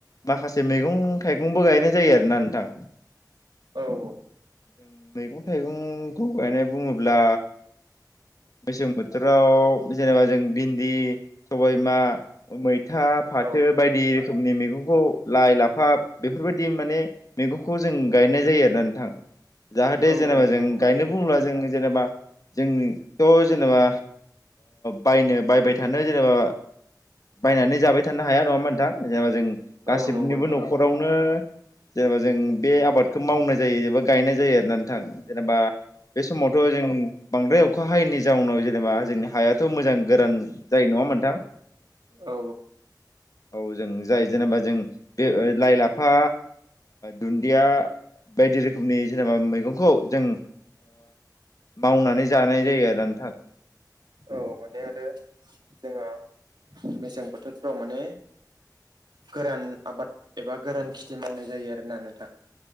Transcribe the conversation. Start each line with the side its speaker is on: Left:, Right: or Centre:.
Left: माखासे मैगं थाइगंबो गायनाय जायो आरोना नोंथां
Right: औ औ
Left: जों मैगं थाइगंखौ गायनाय बुङोब्ला मेसें बोथोराव जेनेबा जों भिन्दि सबाय बिमा फिथा फाथो
Right: औ
Left: बायदि रोखोम रोखोमनि मैगंखौ लाइ लाफा बेफोरबायदि माने मैगंखौ जों गायनाय जायो आरो जाहाथे
Right: औ
Left: जेनेबा
Right: नोंथां
Left: जों
Right: नंगौ
Left: गायनो बुङोब्ला जों जेनेबा जोंथ' जेनेबा बायनो बायबाय थानो जेनेबा बायनानै जाबाय थानो हाया नङामोन नोंथां जेनेबा जों गासिबनिबो
Right: औ नंगौ नोंथां
Left: न'खरावनो
Right: औ
Left: जेनेबा जों बे आबादखौ मावनाय जायो एबा गायनाय जायो आर नोंथां जेनेबा बे समावथ' जों बांद्राय अखा हायैनि जाउनाव जेनेबा जोंनि हायाथ' मोजां गोरान जायो नङा नोंथां
Right: औ
Left: औ जों जाय जेनेबा जों बे लाइ लाफा दुन्दिया बायदि रोखोमनि जेनेबा मैगंखौ जों मावनानै जानाय जायो आरो नोंथां
Right: औ माने आरो जोंहा मेसें बोथोरफ्राव माने गोरान आबाद एबा गोरान खेथि मावनाय जायो आरोना नोंथां